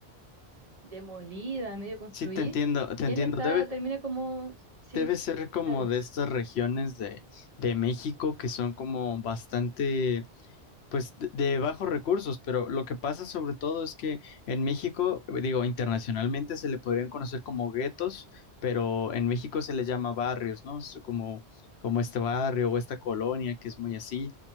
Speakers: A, on the right (about 40°); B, on the left (about 75°).
A: demolidas, medio construir,
B: Sí, te entiendo, te
A: y
B: entiendo.
A: él está,
B: Debe,
A: termina como, sí,
B: debe ser como
A: dale.
B: de estas regiones de, de México que son como bastante Pues de, de bajos recursos, pero lo que pasa sobre todo es que en México, digo, internacionalmente se le podrían conocer como guetos, pero en México se les llama barrios, ¿no? Es Como, como este barrio o esta colonia que es muy así.